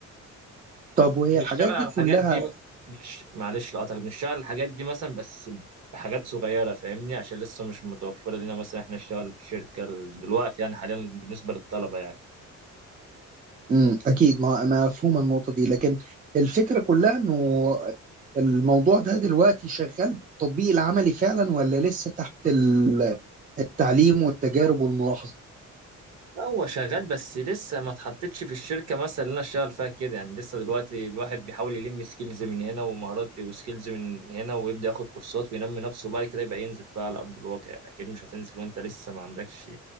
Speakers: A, on the right (about 25°); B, on the right (about 60°).
A: طب وهي
B: بنشتغل
A: الحاجات
B: على
A: دي
B: الحاجات
A: كلها
B: دي مش معلش لقطك بنشتغل على الحاجات دي مثلا بس بحاجات صغيرة فاهمني عشان لسه مش متوفرة لنا مثلا احنا نشتغل في شركة دلوقتي يعني حاليا بالنسبة للطلبة يعني
A: امم اكيد ما مفهومه النقطه دي لكن الفكره كلها انه الموضوع ده دلوقتي شغال بالتطبيق العملي فعلا ولا لسه تحت ال- التعليم والتجارب والملاحظه
B: لا هو شغال بس لسه ما اتحطتش في الشركه مثلا اللي انا اشتغل فيها كده يعني لسه دلوقتي الواحد بيحاول يلم سكيلز من هنا ومهارات وسكيلز من هنا ويبدا ياخد كورسات وينمي نفسه وبعد كده يبقى ينزل بقى على ارض الواقع يعني اكيد مش هتنزل وانت لسه ما عندكش